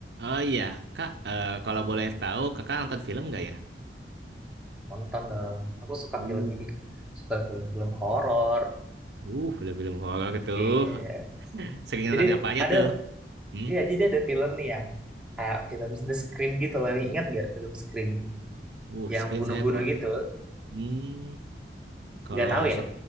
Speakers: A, on the right; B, in the centre.
A: Oh iya, Kak, eh, kalau boleh tahu, Kakak nonton film nggak ya?
B: Nonton dong. Aku suka
A: Uh,
B: film ini. Suka film-film horor.
A: uh, film-film horor tuh.
B: Iya.
A: Sering nonton
B: Jadi
A: apa aja
B: ada,
A: tuh? Hmm?
B: iya jadi ada film nih yang kayak film The Scream gitu loh. Ingat gak film Scream
A: Uh,
B: yang
A: screen
B: bunuh-bunuh
A: saya kurang.
B: gitu?
A: Hmm, kalau
B: Gak tahu ya.
A: so